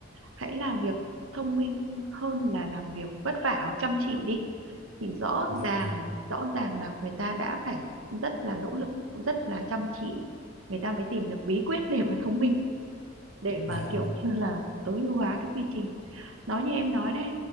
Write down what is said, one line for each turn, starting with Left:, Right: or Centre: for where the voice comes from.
Right: hãy làm việc thông minh hơn là làm việc vất vả hoặc chăm chỉ đi thì rõ
Left: Dạ
Right: ràng
Left: vâng,
Right: rõ ràng là người ta đã phải rất là nỗ lực rất là chăm chỉ người ta mới tìm được bí quyết để mà thông minh để mà
Left: dạ,
Right: kiểu như là tối ưu hóa cái quy trình nói như em nói đấy